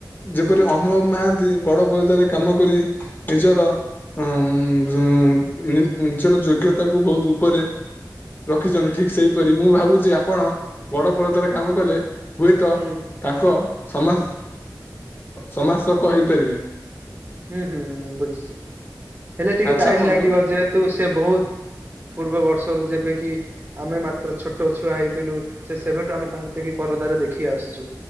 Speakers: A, on the left; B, on the right.
A: ଯେପରି
B: ହୁଁ
A: ଅନୁଭବ ମହାନ୍ତି, ବଡ ପରଦରେ କାମ କରି ନିଜର ଅମ ନିଜର ଯୋଗ୍ୟତାକୁୁ ବହୁତ ଉପରେ ରଖିଛନ୍ତି। ଠିକ ସେଇପରି ମୁଁ ଭାବୁଛି ଆପଣ ବଡ ପରଦାରେ କାମ କଲେ ହୁଏତ
B: ହୁଁ
A: ତାଙ୍କ ସମନ୍ ସମାସକ ହେଇପାରିବେ।
B: ହୁଁ ହୁଁ ହୁଁ ବୁଝିଛି। ହେଲେ ଟିକେ
A: ଆଚ୍ଛା
B: ଟାଇମ
A: ବନ୍ଧୁ
B: ଲାଗିବ ଯେହେତୁ ସେ ବହୁତ ପୂର୍ବବର୍ତ୍ତ ବର୍ଷରୁ, ଯେବେ କିି ଆମେ ମାତ୍ର ଛୋଟ ଛୁଆ ହେଇଥିଲୁ। ସେ ସେବେଠୁ ଆମେ ତାଙ୍କୁ ଟିଭି ପରଦାରେ ଦେଖି ଆଉ ଆସ୍ଛୁ।